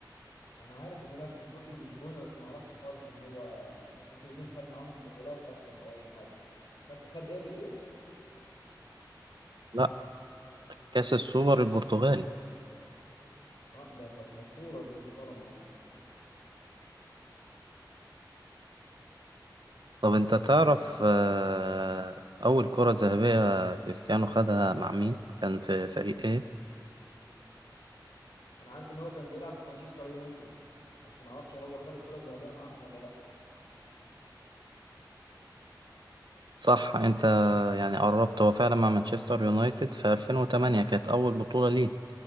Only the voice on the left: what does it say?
انا عارف انه لعب في سبورتنج لشبونه بس ما اعرفش خالص ان هو ممكن يكون خد معاهم بطولات اصلا او اي حاجه خد خد ايه بتقول
اه ده طب ما بطوله دي محترمه يعني
انا عارف ان هو كان بيلعب في مانشستر يونايتد بس ما اعرفش هو خد الكره الذهبيه معاهم ولا لا